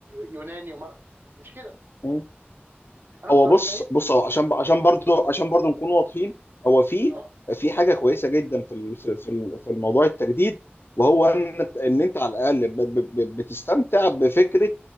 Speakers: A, on the right; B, on the left.
A: يوناني ومره مش كده
B: م-
A: انا
B: هو
A: بصراحه
B: بص
A: شايف
B: بص اه عشان عشان برضو عشان برضو نكون واضحين هو في
A: اه
B: في حاجه كويسه جدا في ال- في في في الموضوع التجديد وهو ان ان انت على الاقل ب- ب- ب- بتستمتع بفكره